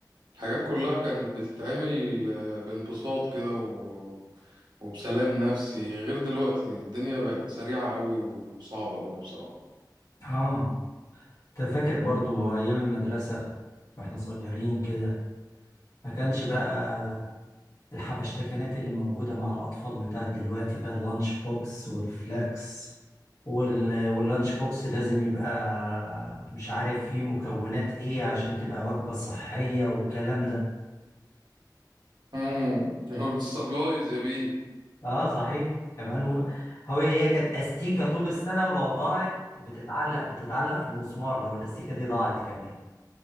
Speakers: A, on the right; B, on the left.
A: الحاجات كلها كانت بتتعمل آه، بانبساط كده و- وبسلام نفسي غير دلوقتي الدنيا بقت سريعة قوي وصعبة قوي بصراحة
B: اه انت فاكر برضو ايام المدرسة واحنا صغيرين كده ما كانش بقى الحبشتكنات اللي موجودة مع الاطفال بتاعت دلوقتي بقى اللانش بوكس والفلاكس وال... واللانش بوكس لازم يبقى مش عارف فيه مكونات ايه عشان تبقى وجبة صحية والكلام ده
A: امم السبلايز <laughs> يا بيه
B: اه صحيح كمان و... هو هي كانت استيكه طول السنه ولو ضاعت بتتعلق بتتعلق في المسمار لو الاستيكه دي ضاعت كمان